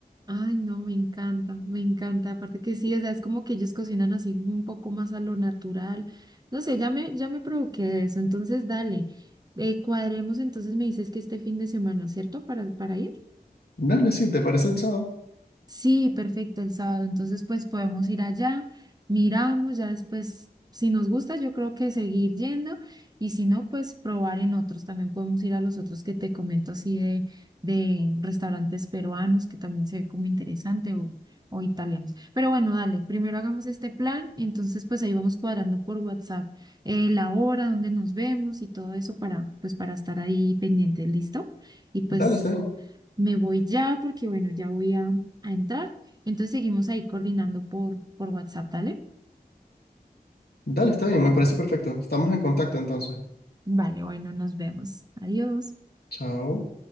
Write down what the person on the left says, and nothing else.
Dale, sí, ¿te parece el sábado?
Dale, está bien.
Dale, está bien, me parece perfecto. Estamos en contacto entonces.
Chao.